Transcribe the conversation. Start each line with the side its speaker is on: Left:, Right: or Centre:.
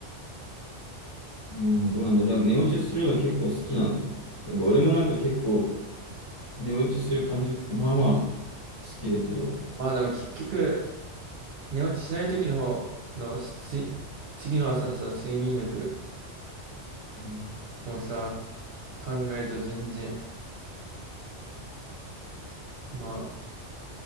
Left: う、うん、どうなんだろう。なんか寝落ちするの結構好きなの。なんか俺もなんか結構寝落ちする感じ、まあまあ好きだけど、
Right: まあでも結局、寝落ちしない時の方のし次の朝のさ、睡眠力
Left: うん
Right: をさ、考えると全然、まあ、